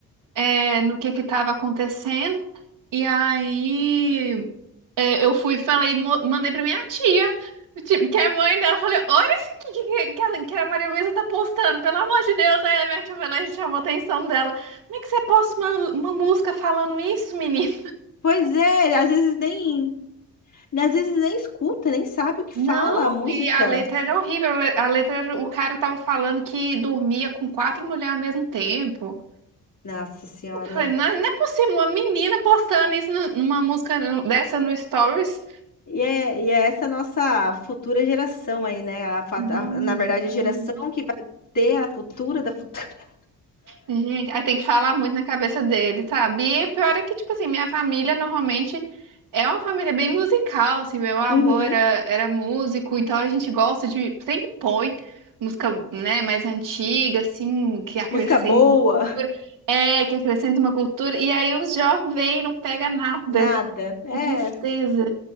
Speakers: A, on the right (about 80°); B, on the left (about 50°).
A: é, no que que tava acontecendo. E aí é, eu fui e falei, mo- mandei pra minha tia, tipo, que é mãe dela. Falei, olha isso que, que, que, a, que a Maria Luísa tá postando, pelo amor de Deus. Aí a minha tia foi lá e chamou a atenção dela. Como é que você posta uma, uma música falando isso, menino?
B: Pois é, às vezes nem E às vezes nem escuta, nem sabe o que fala
A: Não,
B: a música.
A: e a letra era horrível. A le- a letra, era- o cara tava falando que dormia com quatro mulheres ao mesmo tempo.
B: Nossa Senhora.
A: Eu falei, não, é, não é possível, uma menina postando isso nu- numa música nu- dessa no Stories.
B: E é, e é essa nossa futura geração aí, né? A fa-
A: Nossa,
B: a- na verdade,
A: pelo
B: a geração
A: amor.
B: que vai ter a futura da futura. <laughs>
A: Gente, aí tem que falar muito na cabeça dele, sabe? E pior é que, tipo assim, minha família normalmente é uma família bem musical, assim, meu avô
B: Uhum.
A: era, era músico, então a gente gosta de, sempre põe música, né, mais antiga, assim, que acrescenta
B: Música boa,
A: uma cultura, é, que acrescenta uma cultura, e aí os jovens não pega nada,
B: nada. É,
A: que tristeza.